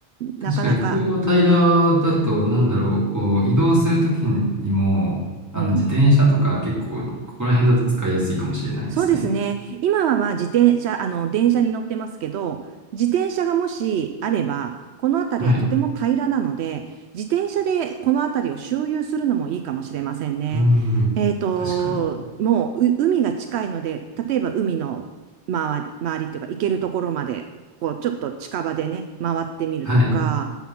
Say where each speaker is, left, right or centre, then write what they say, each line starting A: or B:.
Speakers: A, on the right; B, on the right.
A: なかなか、
B: 確かに、ここ平らだと、なんだろう、こう、移動するときにも、あの、
A: うん、
B: 自転車とか結構、ここら辺だと使いやすいかもしれないですね。
A: そうですね。今はまあ自転車、あの、電車に乗ってますけど、自転車がもしあれば、この辺りはとても平らなので、
B: はい。
A: 自転車でこの辺りを周遊するのもいいかもしれませんね。
B: うん、
A: えっと、
B: 確かに。
A: もう、う海が近いので、例えば海の周り、周りっていうか、行けるところまで、こう、ちょっと近場でね、回ってみるとか、
B: はい。